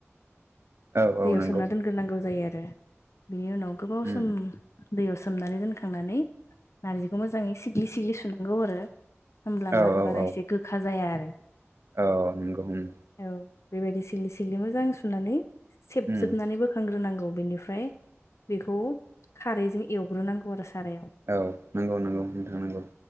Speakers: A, on the right (about 60°); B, on the left (about 70°).
A: औ औ
B: दैयाव
A: नंगौ
B: सोमना दोनग्रोरनांगौ जायो आरो बिनि उनाव गोबाव
A: औ
B: सम दैयाव सोमनानै दोनखांनानै नार्जिखौ मोजाङै सिग्लि सिग्लि सुनांगौ आरो होमब्लाना
A: औ
B: बारा
A: औ
B: एसे गोखा जाया आरो
A: औ नंगौ हुम
B: औ बेबायदि सिग्लि सिग्लि मोजां सुनानै सेबजोबनानै
A: औ
B: बोखांग्रोनांगौ बेनिफा फ्राय बेखौ खारैजों एवग्रोनांगौ आरो सारायाव
A: औ नंगौ नंगौ नोंथां नांगौ